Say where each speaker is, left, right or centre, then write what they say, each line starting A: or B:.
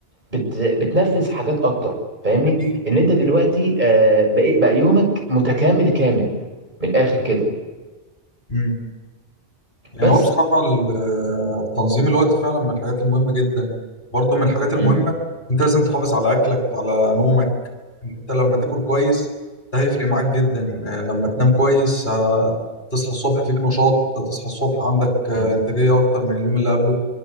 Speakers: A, on the right; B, on the left.
A: بت... بتنفذ حاجات اكتر فاهمني
B: اكيد
A: ان انت دلوقتي آه، بقيت بقى يومك متكامل كامل من الاخر كده
B: مم. يعني
A: بس
B: هو بصراحة ال- تنظيم الوقت فعلا من الحاجات المهمة جدا برضو من الحاجات المهمة
A: مم.
B: انت لازم تحافظ على اكلك على نومك ان انت لما تاكل كويس ده هيفرق معاك جدا آه، لما تنام كويس آه، تصحى الصبح فيك نشاط تصحى الصبح عندك آه،
A: مم.
B: انتاجية اكتر من اليوم اللي قبله